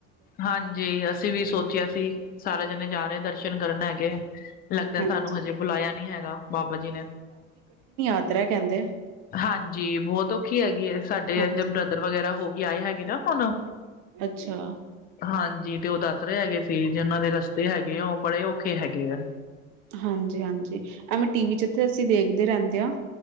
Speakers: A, on the left (about 25°); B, on the right (about 50°).
A: ਹਾਂਜੀ ਅਸੀ ਵੀ ਸੋ ਚਿਆ ਸੀ ਸਾਰੇ ਜਨੇ ਜਾ ਰੇ ਦਰਸ਼ਨ ਕਰਨ ਹੈਗੇ ਲੱਗਦੈ
B: ਹਾਂਜੀ
A: ਸਾਨੂੰ ਹਜੇ ਬੁਲਾਇਆ ਨੀ ਹੈਗਾ ਬਾਬਾ ਜੀ ਨੇ।
B: ਉਤਰਿਆ ਕੈਂਦੇ।
A: ਹਾਂਜੀ ਬੋਤ ਔਖੀ ਹੈਗੀ ਐ ਸਾਡੇ
B: ਹਾਂਜੀ।
A: ਐਦੇ ਬ੍ਰਦਰ ਵਗੈਰਾ ਹੋ ਗਿਆ ਏ ਹੈਗੇ ਨਾ ਹੁਨ।
B: ਅੱਛਾ।
A: ਹਾਂਜੀ ਤੇ ਓ ਦੱਸ ਰੇ ਹੈਗੇ ਸੀ ਜਿੰਨਾਂ ਦੇ ਰਸਤੇ ਹੈਗੇ ਆ ਓ ਬੜੇ ਔਖੇ ਹੈਗੇ ਐ।
B: ਹਾਂਜੀ-ਹਾਂਜੀ, ਐਵੇਂ ਟੀਵੀ ਜਿੱਥੇ ਅਸੀ ਦੇਖਦੇ ਰੈਂਦੇ ਆਂ